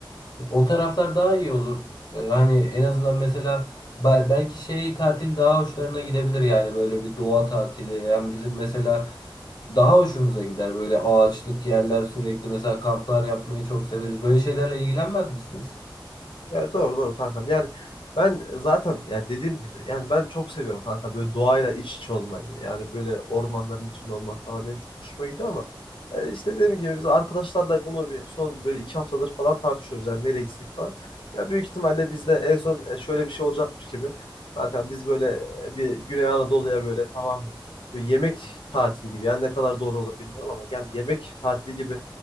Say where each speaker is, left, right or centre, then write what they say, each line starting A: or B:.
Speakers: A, on the left; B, on the left.
A: o taraflar daha iyi olur. Ee, Hani en azından mesela bel- belki şey tatil daha hoşlarına gidebilir yani böyle bir doğa tatili. Yani bizim mesela daha hoşumuza gider böyle ağaçlık yerler sürekli mesela kamplar yapmayı çok severiz. Böyle şeylerle ilgilenmez misiniz?
B: Ya doğru doğru kankam. Yani ben zaten ya dediğim gibi yani ben çok seviyorum kanka böyle doğayla iç içe olmayı. Yani böyle ormanların içinde olmak falan benim çok hoşuma gidiyor ama yani işte dediğim gibi biz arkadaşlarla bunu bir son böyle iki haftadır falan tartışıyoruz. Yani nereye gitsek falan. Ya büyük ihtimalle bizde en son e, şöyle bir şey olacakmış gibi. Kankam biz böyle e, bir Güney Anadolu'ya böyle tamam mı? Böyle yemek tatili gibi. Yani ne kadar doğru olur bilmiyorum ama yani yemek tatili gibi